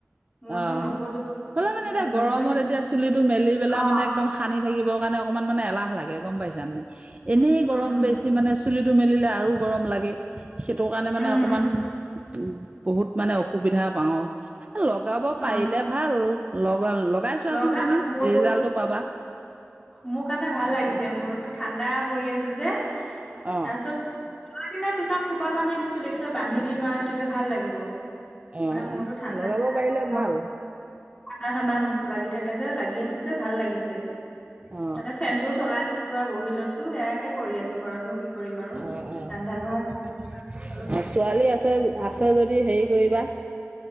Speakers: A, on the left; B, on the right.
A: মূৰ
B: অহ,
A: চুৰ নখজো
B: হলে মানে এতিয়া
A: ডেণ্ডবৰ
B: গৰমত
A: ইমান
B: এতিয়া চুলিটো মেলি পেলাই
A: অ
B: মানে একদম সানি থাকিব সেইকাৰণে মানে এলাহ লাগে গম পাইছা। এনেই গৰম
A: উম
B: বেছি মানে চুলি তোৰ মেলিলে আৰু গৰম লাগে সেইটো কাৰণে মানে
A: উম
B: অকমান উম বহুত মানে অসুবিধা পাওঁ লগাব পাৰিলে
A: অ
B: ভাল। লগ লগাই চোৱাচোন
A: লগা
B: তুমি
A: মই
B: ৰিজাল্টটো পাবা
A: মোৰ কাৰণে ভাল লাগিছে মূৰতো ঠাণ্ডা পৰি আছে যে,
B: অ
A: তাৰপিছত পিছত কোপা বান্ধি দিম চুলি কেইটাত বান্ধি দিম আৰু তেতিয়া ভাল লাগিব।
B: অ
A: মানে মোৰতো ঠাণ্ডা
B: লগাব পাৰিলে
A: গৰমত
B: ভাল
A: ঠাণ্ডা- ঠাণ্ডা লাগি থাকে যে লাগি আছে যে ভাল লাগিছে
B: অ
A: তাতে ফেনটোও চলাই। পোৰা বহি লৈছো এয়া কে কৰি আছো ঘৰতনো কি কৰিম আৰু
B: অ, অ
A: ৰন্ধা বঢ়া অলপ
B: ছোৱালী আছে। আ যদি হেৰি কৰিবা।